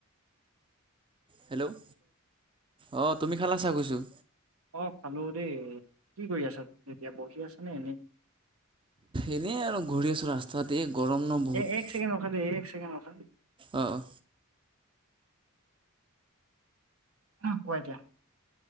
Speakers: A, on the right; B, on the right.
A: হেল্ল' অঁ তুমি খালাছা কৈছোঁ
B: অ খালো দেই কি কৰি আছ এতিয়া বহি আছ নে এনেই
A: এেনেই আৰু ঘূৰি আছোঁ ৰাস্তাত এই গৰম ন বহুত
B: এ এক কেডখ দেই এক ছেকেড অখাদে
A: অঁ অঁ
B: অ কোৱা দিয়া